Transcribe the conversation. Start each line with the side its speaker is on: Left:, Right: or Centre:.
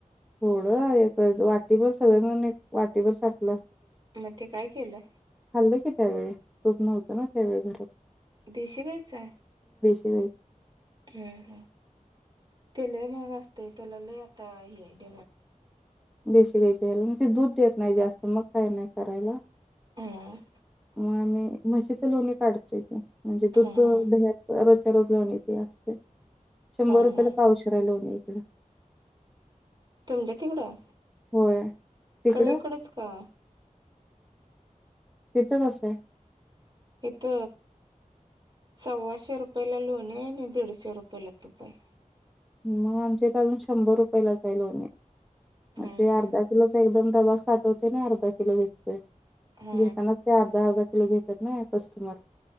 Centre: थोडं वाटीभर सगळंून वाटीभर सारख
Right: मग ते काय केलं
Centre: खाल्लं की त्यावेळी तोप् नव होतं ना त्यावेळी घरात
Right: देश घयचंय
Centre: ह
Right: हम्म हम्म तेला मग असतेय त्यालाला आता ह आहे डेवां नाही
Centre: देशी घ्यायच्याला म्हणजे दूध देत नाही जास्त मग काही नाही करायला
Right: हम
Centre: आणि म्हशीच लोणी काढतोय ते म्हणजे दूच
Right: हा हा
Centre: द्या र लोन येते असते शंभर
Right: हा
Centre: रुपयाला
Right: हा.
Centre: पाऊशर आहे लोनकड
Right: तुमच्या तिकडं
Centre: होय तिकडं
Right: सगळीकडच का
Centre: तिथं कसं आहे
Right: हेथ सव्वाशे रुपयेला लोणी आणि दीडशे रुपय ला तुपा आहे
Centre: मग आमच्या इथ अजून शंभर रुपयेलाच आहे लोन आहे मग
Right: हम्म
Centre: ते
Right: हम्म
Centre: अर्धा किलोच एकदम डबा साठवते ना अर्धा किलो विकते
Right: हा
Centre: घतानास ते अर्धा अर्धा किलो घेतात ना कस्टमर